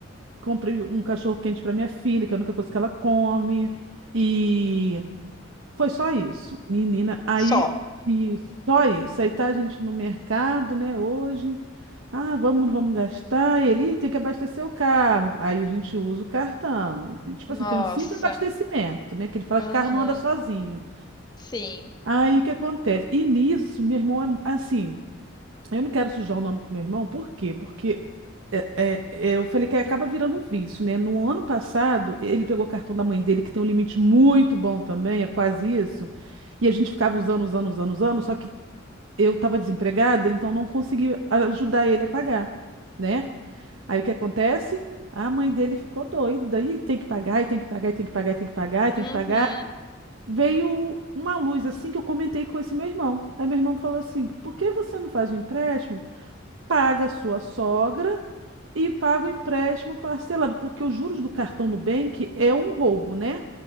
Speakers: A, on the right (about 70°); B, on the left (about 20°).
A: comprei um cachorro-quente para minha filha, que é a única coisa que ela come. E foi só isso, menina. Aí,
B: Só.
A: e só isso. Aí tá a gente no mercado, né, hoje. Ah, vamos, vamos gastar. E ele "Ih, tem que abastecer o carro. Aí a gente usa o cartão. E, Tipo
B: Nossa.
A: assim, tem uns cinco abastecimentos, né? Que ele fala
B: Aham.
A: que carro não anda sozinho.
B: Sim.
A: Aí o que acontece? E nisso, meu irmão é mu- assim. Eu não quero sujar o nome com meu irmão, por quê? Porque é, é, é, eu falei que acaba virando um vício, né? No ano passado, ele pegou o cartão da mãe dele, que tem um limite muito bom também, é quase isso. E a gente ficava usando, usando, usando, usando, só que eu estava desempregada, então não consegui ajudar ele a pagar, né? Aí o que acontece? A mãe dele ficou doida, e tem que pagar, e tem que pagar, e tem que pagar, e tem que pagar, e tem
B: Uhum.
A: que pagar. Veio uma luz assim que eu comentei com esse meu irmão. Aí meu irmão falou assim: por que você não faz um empréstimo? paga a sua sogra e paga o empréstimo parcelado, porque os juros do cartão Nubank é um roubo, né?